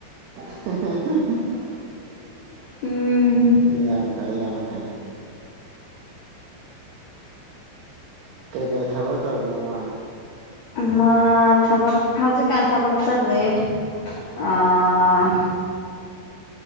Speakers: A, on the right; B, on the left.
A: <inaudible>
B: ꯎꯝ
A: ꯌꯥꯝ ꯐꯩ ꯌꯥꯝ ꯐꯩ ꯀꯩꯀꯩ ꯊꯕꯛ ꯇꯧꯔꯤꯅꯣꯃꯥ
B: ꯃꯥ ꯊꯕꯛ ꯍꯧꯖꯤꯛꯀꯥꯟ ꯊꯕꯛ ꯆꯠꯂꯤ ꯑꯥ